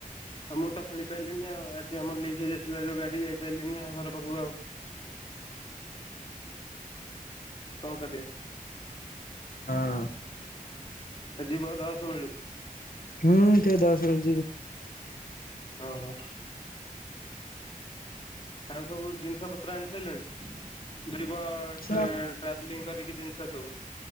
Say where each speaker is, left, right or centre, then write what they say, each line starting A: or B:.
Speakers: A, on the left (about 40°); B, on the left (about 80°).
A: ଆଉ ମୁଁ ତ ଖେଳି ପାରିଲିନି ଆଉ ଆଜି ଆମର ଲିକ୍ ହେଇଯାଇଥିଲା ଯୋଉ ଗାଡି ଯାଇପାରିଲିନି ଆଉ ଘର ପାଖକୁ ଆଉ କଣ କରିଦି
B: ହଁ
A: ଯିବ ଦଶ ବେଳକୁ
B: ହୁଁ ସେ ଦସ ରଛି
A: ଓ ହୋ ଆଉ ସବୁ ଜିନିଷ ପତ୍ର ଆଣି ସାରିଲୁଣି ଯିବ
B: ନା ଜିନିଷ
A: ଟ୍ରାଭେଲିଂ କରିକି ଜିନିଷ ସବୁ